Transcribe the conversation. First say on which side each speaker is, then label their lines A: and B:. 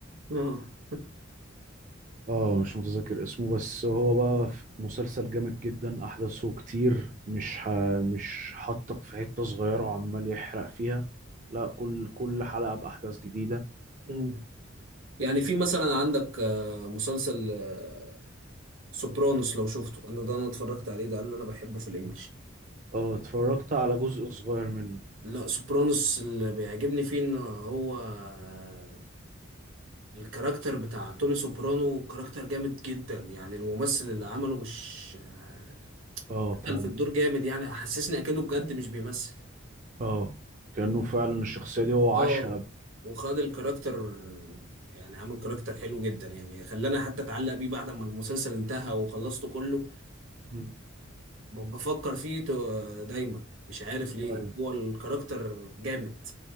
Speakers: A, on the right; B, on the right.
A: اه
B: اه مش متذكر اسمه بس هو بقى في مسلسل جامد جدا احداثه كتير مش ح... مش حاطك في حتة صغيرة وعمال يحرق فيها لا كل كل حلقة بأحداث جديدة
A: مم. يعني في مثلا عندك آه، مسلسل آه، سوبرانوس لو شفته انا ده انا اتفرجت عليه ده اللي انا بحبه في الانجليش
B: اه اتفرجت على جزء صغير منه
A: لا سوبرانوس اللي بيعجبني فيه ان هو آه، الكاركتر بتاع توني سوبرانو كاركتر جامد جدا يعني الممثل اللي عمله مش آه،
B: اه فعلا
A: دخل في الدور جامد يعني حسسني اكنه بجد مش بيمثل
B: اه كأنه فعلا الشخصية دي هو
A: اه
B: عاشها قبل.
A: وخد الكاركتر يعني عامل كاركتر حلو جدا يعني خلاني حتى اتعلق بيه بعد ما المسلسل انتهى وخلصته كله
B: مم.
A: ب- بفكر فيه تو- دايما مش عارف ليه
B: ايوه
A: هو الكاركتر جامد